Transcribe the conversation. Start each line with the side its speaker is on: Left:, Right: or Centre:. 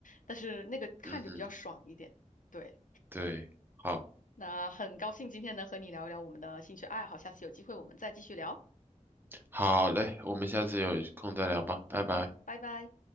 Left: 但是那个看着比较爽一点。
Right: 嗯嗯，
Left: 对，
Right: 对，好，
Left: 那很高兴今天能和你聊一聊我们的兴趣爱好，下次有机会我们再继续聊。
Right: 好嘞，我们下次有空再聊吧，拜拜。
Left: 嗯，拜拜。